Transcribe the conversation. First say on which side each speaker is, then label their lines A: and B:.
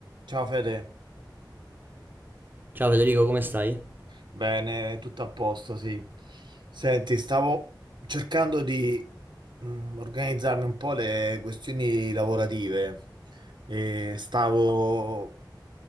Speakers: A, on the right; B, on the right.
A: Ciao Fede,
B: Ciao Federico, come stai?
A: bene, tutto a posto, sì. Senti, stavo cercando di mm, organizzarmi un po' le questioni lavorative e Ah, stavo